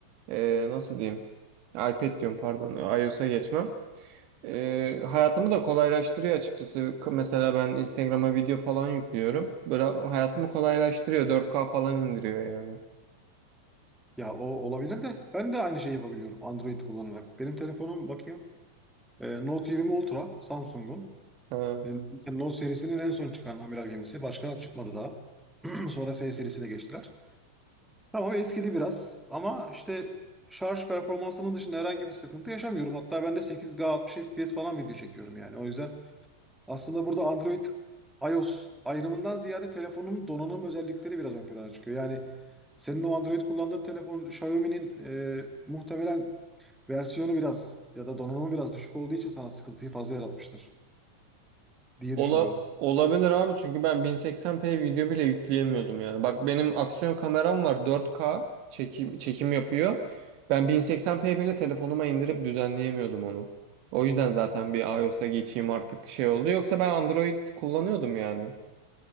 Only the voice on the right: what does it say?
ee, nasıl diyeyim? iPad diyorum pardon iOS'a geçmem. Ee, hayatımı da kolaylaştırıyor açıkçası. K- Mesela ben Instagram'a video falan yüklüyorum. Böyle hayatımı kolaylaştırıyor. 4K falan indiriyor yani.
Ha.
Ola,
olabilir abi çünkü ben 1080p video bile yükleyemiyordum yani. Bak benim aksiyon kameram var 4K çekim, çekim yapıyor. Ben 1080p bile telefonuma indirip düzenleyemiyordum onu. O yüzden zaten bir iOS'a geçeyim artık şey oldu. Yoksa ben Android kullanıyordum yani.